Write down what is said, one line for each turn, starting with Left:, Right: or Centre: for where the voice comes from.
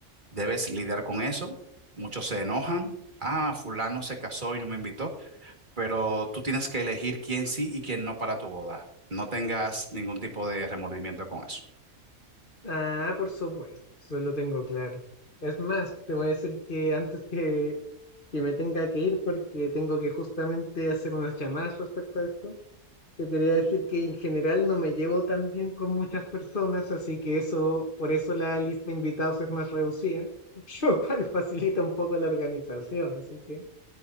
Right: Debes lidiar con eso. Muchos se enojan. Ah, fulano se casó y no me invitó, pero tú tienes que elegir quién sí y quién no para tu boda. No tengas ningún tipo de remordimiento con eso. <laughs>
Left: Ah, por supuesto, eso lo tengo claro. Es más, te voy a decir que antes que, que me tenga que ir, porque tengo que justamente hacer unas llamadas respecto a esto, te quería decir que en general no me llevo tan bien con muchas personas, así que eso, por eso la lista de invitados es más reducida, <laughs> lo cual facilita un poco la organización, así que